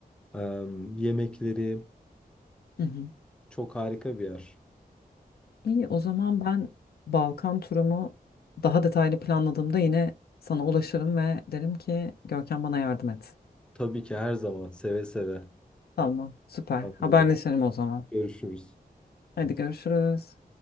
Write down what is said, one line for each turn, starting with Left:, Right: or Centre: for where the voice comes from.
Centre: em, yemekleri
Left: Hı hı.
Centre: çok harika bir yer.
Left: İyi o zaman ben Balkan turumu daha detaylı planladığımda yine sana ulaşırım ve derim ki Görkem bana yardım et.
Centre: Tabii ki her zaman seve seve.
Left: Tamam, süper.
Centre: Tamam o
Left: Haberleşelim
Centre: zaman
Left: o zaman.
Centre: görüşürüz.
Left: Hadi görüşürüz.